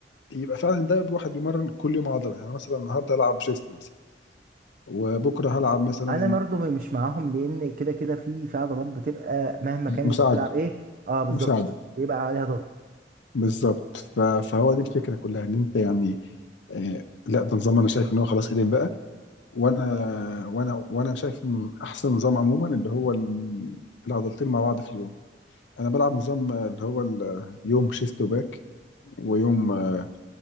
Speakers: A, on the left; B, on the right.
A: يبقى فعلا ده واحد بيمرن كل يوم عضلة يعني مثلا النهارده هلعب شيست مثلا وبكره هلعب مثلا
B: انا برضه مش معاهم لان كده كده في في عضلات بتبقى مهما كان
A: مساعدة
B: انت بتلعب ايه اه بالظبط
A: مساعدة
B: بيبقى عليها ضغط
A: بالظبط ف... فهو دي الفكرة كلها ان انت يعني آه لا ده نظام انا شايف ان هو خلاص قديم بقى وانا وانا وانا شايف ان احسن نظام عموما اللي هو ال- العضلتين مع بعض في اليوم انا بلعب نظام آه، اللي هو ال- يوم شيست وباك ويوم آه،